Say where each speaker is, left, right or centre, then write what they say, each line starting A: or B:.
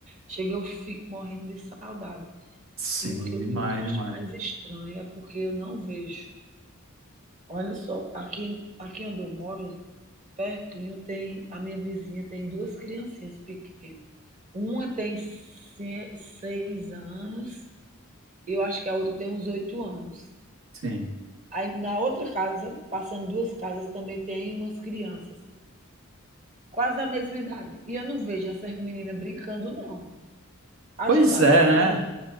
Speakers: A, on the right; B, on the right.
A: Chega, eu fico morrendo de saudade.
B: Sim,
A: E o que
B: demais,
A: eu e o que eu
B: demais.
A: acho mais estranho é porque eu não vejo. Olha só, aqui aqui onde eu moro, pertinho, tem a minha vizinha tem 2 criancinhas pequenas. Uma tem se 6 anos eu acho que a outra tem uns oito anos.
B: Sim.
A: Aí na outra casa, passando duas casas, também tem umas crianças, quase da mesma idade. E eu não vejo essas meninas brincando, não. A
B: Pois
A: gente tá
B: é,
A: aqui,
B: né?